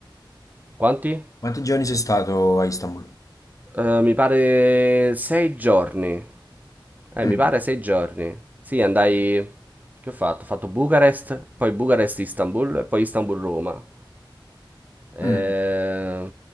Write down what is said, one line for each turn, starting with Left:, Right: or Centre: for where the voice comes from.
Right: Quanti?
Left: Quanti giorni sei stato a Istanbul?
Right: Eh, mi pare sei giorni. Eh,
Left: Mm.
Right: mi pare sei giorni. Sì, andai... Che ho fatto? Ho fatto Bucarest, poi Bucarest-Istanbul e poi Istanbul-Roma. Eh...
Left: Mm.